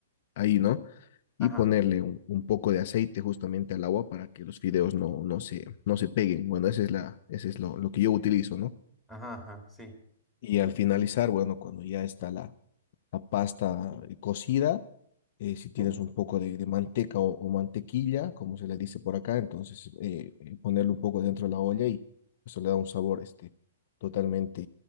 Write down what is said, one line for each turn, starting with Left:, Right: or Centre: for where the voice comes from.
Left: ahí, ¿no? Y
Centre: ajá,
Left: ponerle un, un, poco de aceite justamente al agua para que los fideos no, no, se, no se peguen. Bueno, esa es la, ese es lo, lo que yo utilizo, ¿no?
Centre: ajá, ajá, sí.
Left: Y al finalizar, bueno, cuando ya está la, la pasta eh, cocida, eh, si tienes
Centre: Sí.
Left: un poco de, de manteca o, o, mantequilla, como se le dice por acá, entonces eh, eh, ponerle un poco dentro de la olla y eso le da un sabor este, totalmente